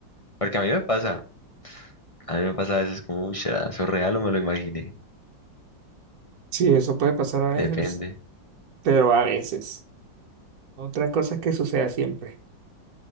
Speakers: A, on the left (about 35°); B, on the right (about 55°).
A: Porque a mí me pasa. A mí me pasa a veces como, uy, ¿será eso real o me lo imaginé?
B: Sí, eso puede pasar a veces,
A: Depende.
B: pero a veces. Otra cosa es que suceda siempre.